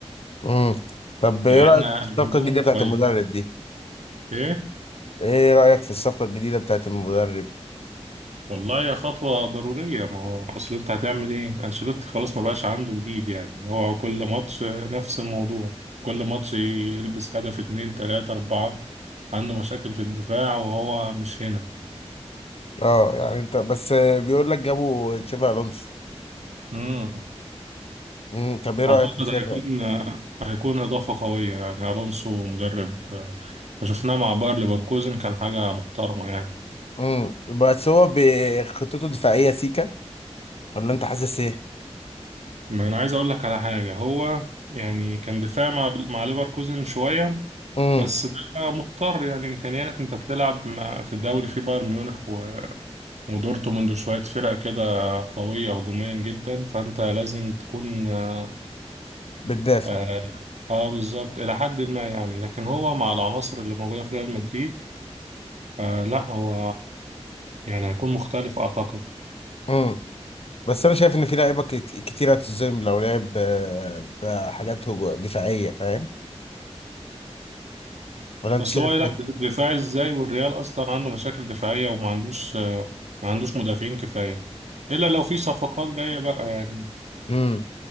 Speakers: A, on the left (about 60°); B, on the right (about 85°).
A: امم طب
B: يعني
A: ايه رأيك
B: احنا
A: في
B: الهجوم
A: الصفقة الجديدة
B: كويس
A: بتاعت المدرب دي
B: ايه
A: ايه رأيك في الصفقة الجديدة بتاعت المدرب
B: والله يا خطوة ضرورية ما هو أصل أنت هتعمل إيه؟ أنشيلوتي خلاص ما بقاش عنده جديد يعني هو كل ماتش نفس الموضوع كل ماتش يلبس هدف اتنين تلاتة أربعة عنده مشاكل في الدفاع وهو مش هنا
A: اه يعني انت بس آه، بيقول لك جابوا تشافي الونسو
B: مم.
A: امم طب ايه رأيك
B: أعتقد
A: في شافعي؟
B: هيكون هيكون إضافة قوية يعني ألونسو مدرب آه، شفناه مع باير ليفركوزن كان حاجة محترمة يعني
A: امم بس هو بخطته دفاعية سيكا ولا انت حاسس ايه؟
B: ما أنا عايز أقول لك على حاجة هو يعني كان دفاع مع مع ليفركوزن شوية
A: امم
B: بس ده مضطر يعني امكانيات انت بتلعب مع- في دوري فيه بايرن ميونخ و- ودورتموند وشويه فرق كده قويه هجوميا جدا فانت لازم تكون اه,
A: بتدافع
B: آه آه، بالظبط الى حد ما يعني لكن هو مع العناصر اللي موجوده في ريال مدريد آه لا هو يعني هيكون مختلف اعتقد
A: امم بس انا شايف ان في لعيبة كت- كتيرة هتتظلم لو لعب آه، بحاجات هجو- دفاعية فاهم؟ ولا انت
B: اصل
A: شايف
B: هو يلعب
A: ايه؟
B: دفاعي ازاي والريال اصلا عنده مشاكل دفاعيه وما عندوش آه، ما عندوش مدافعين كفايه الا لو في صفقات جايه بقى يعني
A: امم